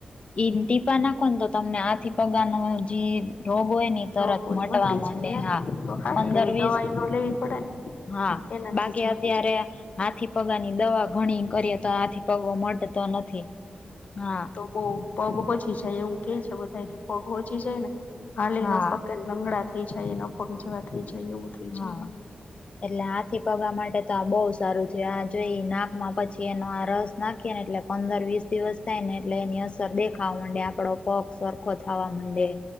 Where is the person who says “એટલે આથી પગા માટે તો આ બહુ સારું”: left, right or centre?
Left